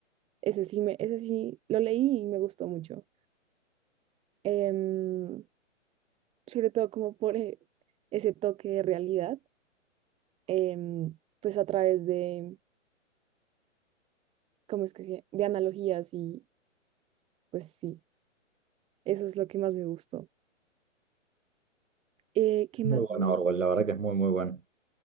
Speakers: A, on the right; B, on the right.
A: Ese sí, me, ese sí lo leí y me gustó mucho. Em, sobre todo como por eh, ese toque de realidad, em, pues a través de, ¿cómo es que se? De analogías y pues sí, eso es lo que más me gustó. Eh, ¿qué más
B: muy bueno
A: me gusta?
B: Orwell, la verdad que es muy, muy bueno.